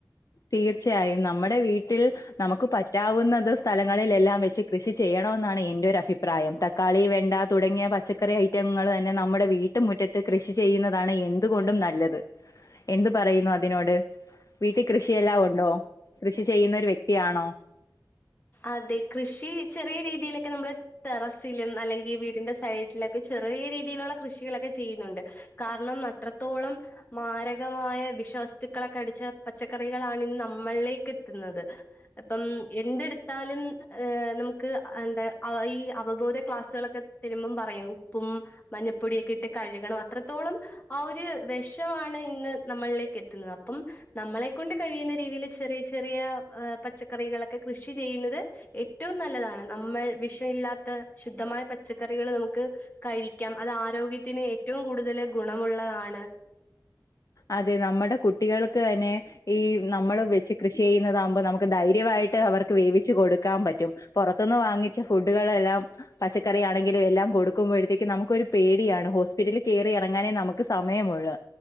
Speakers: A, on the left; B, on the left.
A: തീർച്ചയായും നമ്മടെ വീ ട്ടിൽ നമുക്ക് പറ്റാവുന്നത് സ്ഥലങ്ങളിലെല്ലാം വെച്ച് കൃഷി ചെയ്യണമെന്നാണ് എന്റെ ഒരു അഭി പ്രായം തക്കാളി വെണ്ട തുടങ്ങിയ പച്ചക്കറി ഐറ്റങ്ങൾ തന്നെ നമ്മുടെ വീട്ട്മുറ്റത്ത് കൃഷി ചെയ്യുന്നതാണ് എന്തുകൊണ്ടും നല്ലത് എന്ത് പറയുന്നു അതിനോട് വീട്ടി കൃഷിയെല്ലാം ഉണ്ടോ കൃഷി ചെയ്യുന്നൊരു വ്യക്തിയാണോ
B: അതെ കൃഷി ചെറിയ രീതിയിലൊക്കെ നമ്മള് ടെറസിലും അല്ലെങ്കി വീടിന്റെ സൈഡിലൊക്കെ ചെറ് റ്യേ രീതിയിലുള്ള കൃഷികളൊക്കെ ചെയ്യുന്നുണ്ട് കാരണം അത്രത്തോളം മാരകമായ വിഷം വസ്തുക്കളൊക്കെ അടിച്ച പച്ചക്കറികളാണ് ഇന്ന് നമ്മളിലേക്ക് എത്തുന്നത് അപ്പം എന്ത്ട് ത്താലും ഹ് നമുക്ക് എന്താ ആ ഈ അവബോധ ക്ലാസ്സുകളൊക്കെ തെരുമ്പം പറയും ഉപ്പും ഉം മഞ്ഞപ്പൊടിയൊക്കെ ഇട്ട് കഴുകണം അത്രത്തോളം ആ ഒരു വെഷവാണ് ഇന്ന് നമ്മളിലേക്ക് എത്തുന്നത് അപ്പം നമ്മളെ കൊണ്ട് കഴിയുന്ന രീതിൽ ചെറിയ ചെറിയ പച്ചക്കറികളൊക്കെ കൃഷി ചെയ്യുന്നത് ഏറ്റവും നല്ലതാണ് നമ്മൾ വിഷമില്ലാത്ത ശുദ്ധമായ പച്ചക്കറികള് നമുക്ക് കഴിക്കാം അത് ആരോഗ്യത്തിന് ഏറ്റവും കൂടുതല് ഗുണമുള്ളതാണ്
A: അതെ നമ്മടെ കുട്ടികൾക്ക് തന്നെ ഈ നമ്മള് വെച്ച് കൃഷി ചെയ്യുന്നതാവുമ്പോ നമുക്ക് ധൈര്യവായിട്ട് അവർക്ക് വേവിച്ച് കൊടുക്കാൻ പറ്റും പൊറത്തുന്ന് വാ ങ്ങിച്ച ഫുഡുകളെല്ലാം പച്ചക്കറിയാണങ്കിലു എല്ലാം കൊടുക്കുമ്പഴത്തേക്കും നമുക്കൊരു പേടിയാണ് ഹോസ്പിറ്റല് കേ കേറിഎറങ്ങാനേ നമുക്ക് സമയമുള്ളു